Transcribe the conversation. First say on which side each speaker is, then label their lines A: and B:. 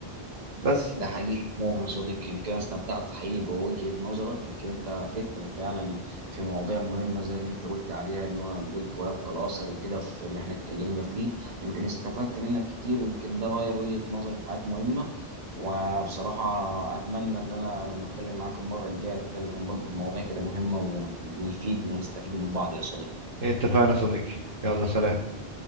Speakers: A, on the right; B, on the right.
A: بس
B: ده حقيقي فعلا يا صديقي يمكن أنا استمتعت حقيقي بوجهة نظرك يمكن انت فتني فعلا في مواضيع مهمة زي اللي انت قلت عليها ان هو قلت ويبقى الاثر وكده في اللي احنا اتكلمنا فيه يمكن استفدت منك كتير ويمكن ده غير وجهة نظري في حاجات مهمة وبصراحة اتمنى ان انا لما اتكلم معاك المرة الجاية اتكلم برضه في مواضيع كده مهمة ونفيد ونستفيد من بعض يا صديقي
A: اتفقنا يا صديقي يلا سلام